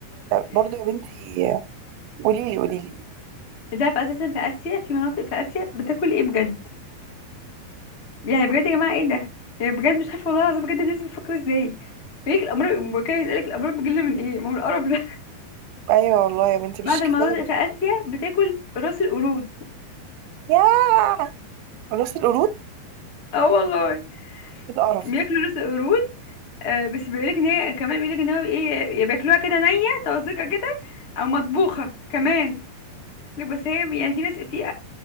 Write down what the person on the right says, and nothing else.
برضه يا بنتي قولي لي قولي لي
ايوه والله
يا بنتي مش
كفايه
ياه راس القرود
إيه القرف
ده